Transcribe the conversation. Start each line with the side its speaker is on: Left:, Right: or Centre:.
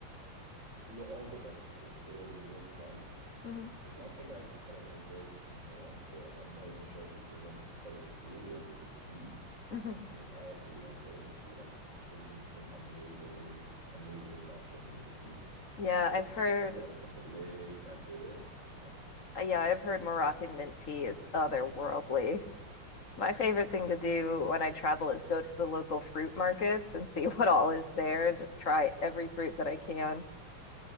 Right: lo- all the vegetables. It was it was fun.
Left: hmm
Right: The one thing I kind of enjoyed more, but I'm not even sure if it's even call it food, was the tea.
Left: hmm
Right: I mean, I actually enjoyed the tea. Like they made some amazingly amazing natural mint tea.
Left: Yeah,
Right: Like
Left: I've
Right: they
Left: heard
Right: took the water from the lake and did it. It was fun.
Left: Uh, yeah, I've heard Moroccan mint tea is otherworldly. My favorite
Right: And I was
Left: thing to do when I travel is go to the local fruit markets and see <laughs> what all is there and just try every fruit that I can.